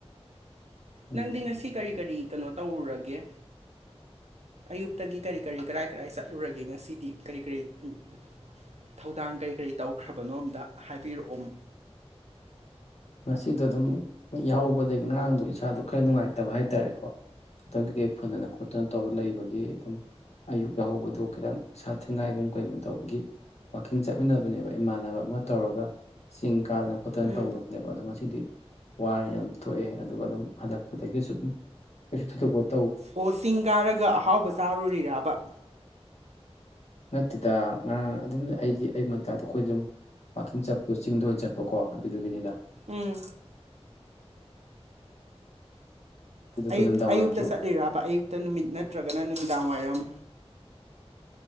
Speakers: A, on the left; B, on the right.
A: ꯎꯝ
B: ꯅꯪꯗꯤ ꯉꯁꯤ ꯀꯔꯤ ꯀꯔꯤ ꯀꯥꯅꯣ ꯇꯧꯔꯨꯔꯒꯦ ꯑꯌꯨꯛꯇꯒꯤ ꯀꯔꯤ ꯀꯔꯤ ꯀꯔꯥꯏ ꯀꯔꯥꯏ ꯆꯠꯂꯨꯔꯒꯦ ꯉꯁꯤꯗꯤ ꯀꯔꯤ ꯀꯔꯤ ꯎꯝ ꯎꯝ ꯊꯧꯗꯥꯡ ꯀꯔꯤ ꯀꯔꯤ ꯇꯧꯈ꯭ꯔꯕꯅꯣ ꯑꯝꯇ ꯍꯥꯏꯕꯤꯔꯛꯑꯣꯝ
A: ꯉꯁꯤꯗꯣ ꯑꯗꯨꯝ ꯌꯥꯍꯧꯕꯗꯩ ꯉꯔꯥꯡꯗꯣ ꯏꯁꯥꯗꯣ ꯈꯔ ꯅꯨꯡꯉꯥꯏꯇꯕ ꯍꯥꯏꯇꯥꯔꯦꯀꯣ ꯉꯥꯇꯪ ꯀꯩꯀꯩ ꯐꯨꯟꯗꯅ ꯈꯣꯠꯇꯅ ꯇꯧꯔ ꯂꯩꯕꯒꯤ ꯑꯗꯨꯝ ꯑꯌꯨꯛ ꯌꯥꯎꯍꯧꯕꯗꯣ ꯈꯤꯇꯪ ꯁꯥꯠ ꯊꯦꯡꯒꯥꯏꯒꯨꯝ ꯀꯩꯒꯨꯝ ꯇꯧꯕ ꯒꯤ ꯋꯥꯛꯀꯤꯡ ꯆꯠꯃꯤꯟꯅꯕꯅꯦꯕ ꯏꯃꯥꯟꯅꯕ ꯑꯃ ꯇꯧꯔꯒ ꯆꯤꯡ ꯀꯥꯗꯅ ꯈꯣꯠꯇꯅ
B: ꯎꯝ
A: ꯇꯧꯕ__ ꯅꯦꯕ ꯑꯗꯣ ꯉꯁꯤꯗꯤ ꯋꯥꯔꯦꯅ ꯊꯣꯛꯑꯦ ꯑꯗꯨꯒ ꯑꯗꯨꯝ ꯍꯟꯂꯛꯄꯗꯒꯤꯁꯨ ꯑꯗꯨꯝ ꯀꯩꯁꯨ ꯊꯣꯏꯗꯣꯛꯄꯠ
B: ꯑꯣ ꯆꯤꯡ ꯀꯥꯔꯒ ꯑꯍꯥꯎꯕ ꯆꯥꯔꯨꯔꯤꯕ
A: ꯅꯠꯇꯦꯗ ꯉꯔꯥꯡ ꯑꯗꯨꯝ ꯑꯩꯗꯤ ꯑꯌꯨꯛ ꯉꯟꯇꯥꯗ ꯑꯩꯈꯣꯏ ꯑꯗꯨꯝ ꯋꯥꯛꯀꯤꯡ ꯆꯠꯄ ꯆꯤꯡꯗ ꯑꯣꯏꯅ ꯆꯠꯄꯀꯣ ꯑꯗꯨꯗꯨꯒꯤꯅꯤꯗ
B: ꯎꯝ
A: ꯑꯗꯨꯒ
B: ꯑꯌꯨ
A: ꯅꯨꯃꯤꯗꯥꯡ
B: ꯑꯌꯨꯛꯇ
A: ꯋꯥꯏꯔꯝꯁꯨ
B: ꯆꯠꯂꯤꯔꯕ ꯑꯌꯨꯛꯇ ꯅꯨꯃꯤꯠ ꯅꯠꯇ꯭ꯔꯒꯅ ꯅꯨꯃꯤꯗꯥꯡ ꯋꯥꯏꯔꯝ